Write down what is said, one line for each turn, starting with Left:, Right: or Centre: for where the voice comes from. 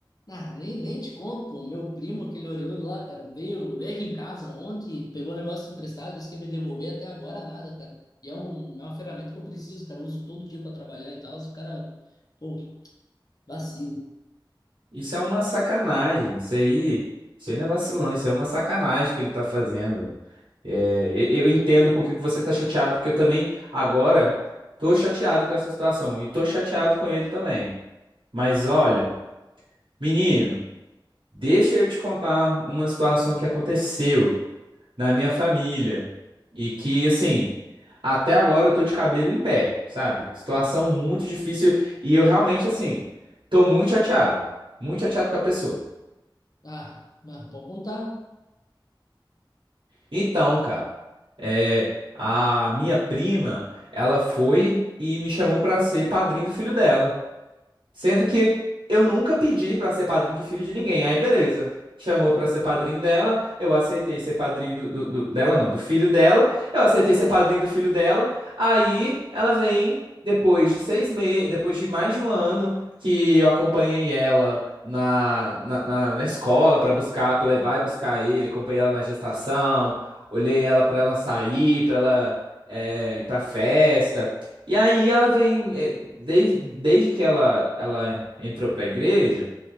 Left: Ah, nem, nem te conto, pô. Meu primo, aquele orelhudo lá, cara, veio, veio aqui em casa ontem, pegou o negócio emprestado, disse que ia me devolver até agora nada, cara. E é, um, é uma ferramenta que eu preciso, cara. Eu uso todo dia pra trabalhar e tal. O cara, pô, vacilo.
Right: Isso é uma sacanagem, isso aí, isso aí não é vacilão, isso aí é uma sacanagem que ele tá fazendo. É, e- eu entendo por que que você tá chateado, porque eu também agora tô chateado com essa situação e tô chateado com ele também. Mas olha, menino, deixa eu te contar uma situação que aconteceu. na minha família. E que, assim, até agora eu tô de cabelo em pé, sabe? Situação muito difícil e eu realmente, assim, tô muito chateado. Muito chateado com a pessoa.
Left: Ah, mas pode contar.
Right: Então, cara, é, a minha prima, ela foi e me chamou pra ser padrinho do filho dela. Sendo que eu nunca pedi pra ser padrinho de filho de ninguém. Aí, beleza. Chamou pra ser padrinho dela, eu aceitei ser padrinho do, do- do- dela, não, do filho dela. Eu aceitei ser padrinho do filho dela. Aí ela vem depois de seis meses, depois de mais de um ano que eu acompanhei ela na, na, na, na escola pra buscar, pra levar e buscar ele, acompanhei ela na gestação, olhei ela pra ela sair, pra ela eh, ir pra festa. E aí ela vem, eh, desde, desde que ela, ela entrou pra igreja,